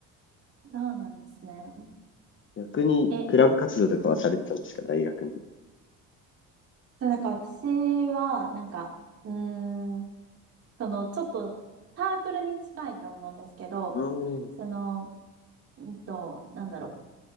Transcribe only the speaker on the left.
逆に、
クラブ活動とかはされてたんですか大学の時。
うーん。